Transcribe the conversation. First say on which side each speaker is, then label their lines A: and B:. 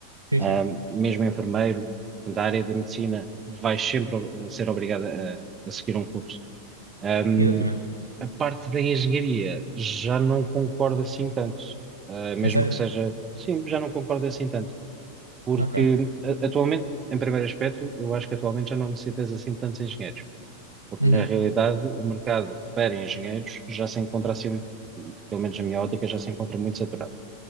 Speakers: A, on the right; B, on the right.
A: Sim,
B: ahm,
A: sim.
B: mesmo enfermeiro, portanto, a área da medicina vais sempre eh, ser obrigada a, a seguir um curso. Hum,
A: Exatamente.
B: a parte da engenharia já não concordo assim tanto, Ah, mesmo
A: É sério?
B: que seja, sim, já não concordo assim tanto, porque
A: Ok.
B: a- atualmente, em primeiro aspecto, eu acho que atualmente já não necessitas assim de tantos engenheiros, porque
A: Uhum.
B: na realidade o mercado para engenheiros já se encontra assim, pelo menos na minha ótica, já se encontra muito saturado.